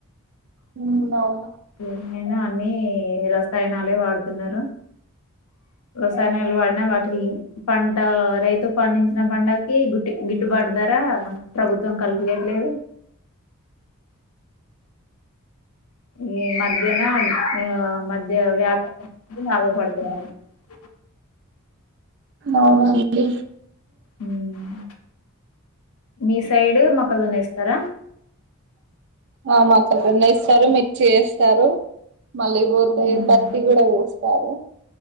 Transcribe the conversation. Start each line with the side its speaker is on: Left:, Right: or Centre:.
Right: ఉమ్మ్ అవును
Left: ఏమైనా అన్ని రసాయనాలే వాడుతున్నారు రసాయనాలు పడినా వాటికి పంట రైతు పండించిన పంటకి గుట్టి గిట్టుబాటు దార ప్రభుత్వం కల్పియట్లేదు ఈ మధ్యన ఆ మధ్య వ్యాపరులు లాభ పడుతున్నారు ఓ
Right: అవునడి
Left: ఉమ్. మీ సైడ్ మక్క జోన్నవేస్తారా
Right: ఆ మొక్కజొన్న ఏస్తారు మిర్చి చేస్తారు మళ్ళీ పోతే
Left: ఉమ్.
Right: పత్తి కూడా పో సరే